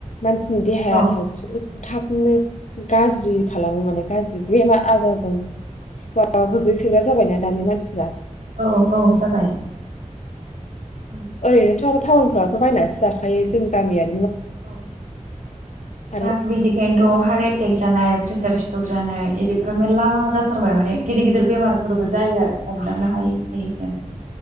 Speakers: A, on the left (about 65°); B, on the right (about 80°).
A: मानसिनि देहाया
B: औ
A: सावस्रिबो थाबनो गाज्रि खालामो माने गाज्रि बेमा आजाराजों सिवा गोग्लैसोग्रा जाबायना दानि मानसिफ
B: औ औ जाबाय उम
A: ओरैनोथ' टाउन फोरथ' बायनानैसो जाखायो जोंनि गामिया
B: औ
A: आरो
B: दा बिदिखायनोथ' हार एटेक् जानाय प्रेसार स क जानाय इदिफोरा मेरला जाथारबाय माने गिदिर गिद बेमारफोरबो जायो आरो हमदांनो हायै हायैनो